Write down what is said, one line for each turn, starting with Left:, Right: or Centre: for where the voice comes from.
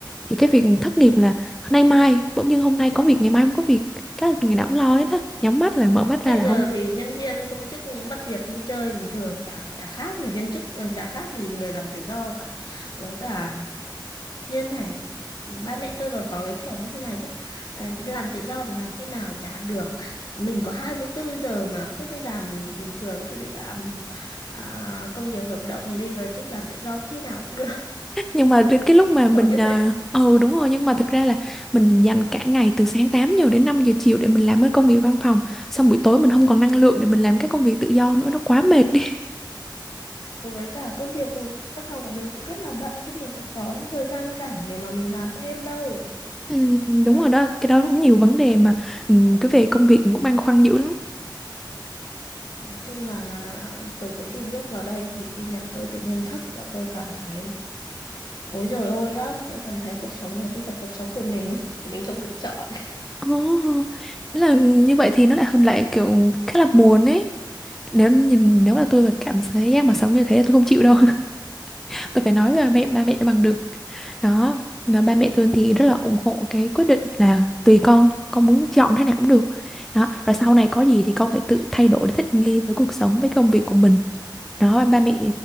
Centre: thì cái việc thất nghiệp là nay mai bỗng dưng hôm nay có việc ngày mai không có việc cái là ngày nào cũng lo hết á nhắm mắt lại mở mắt ra
Left: bây
Centre: là
Left: giờ
Centre: không
Left: thì nhân viên công chức mất việc như chơi bình thường chả chả khác gì viên chức ừ, chả khác gì người làm tự do cả với cả như này ba mẹ tôi còn có cái kiểu như thế này chứ à, đi làm tự do thì làm khi nào chả được mình có 24 giờ mà cứ đi làm bình thường cứ đi làm à, công việc hợp đồng đi rồi thích làm tự do khi nào cũng được <laughs>
Centre: nhưng mà đến cái lúc mà mình
Left: kiểu như
Centre: ờ
Left: thế
Centre: ừ, đúng rồi nhưng mà thực ra là mình dành cả ngày từ sáng 8 giờ đến 5 giờ chiều để mình làm cái công việc văn phòng xong buổi tối mình không còn năng lượng để mình làm cái công việc tự do nữa nó quá mệt đi
Left: Ừ, với cả công việc văn phòng của mình cũng rất là bận chứ mình có có thời gian rảnh để mà mình làm thêm đâu
Centre: <laughs> ừ,
Left: Ừ.
Centre: đúng
Left: đấy
Centre: rồi đó cái đó cũng nhiều vấn đề mà ừ, cái về công việc cũng băn khoăn dữ lắm
Left: Nói chung là từ cái khi bước vào đây thì thu nhập tôi tự nhiên thấp và tôi cảm thấy ối rồi ôi lắm, tôi cảm thấy cuộc sống này không phải cuộc sống của mình, mình không được chọn.
Centre: Ồ, oh, là như vậy thì nó lại hơn lại kiểu khá là buồn ấy. nếu nhìn nếu là tôi mà cảm thấy giác mà sống như thế là tôi không chịu đâu <laughs> tôi phải nói là mẹ ba mẹ bằng được đó và ba mẹ tôi thì rất là ủng hộ cái quyết định là tùy con con muốn chọn thế nào cũng được đó rồi sau này có gì thì con phải tự thay đổi để thích nghi với cuộc sống với công việc của mình đó ba mẹ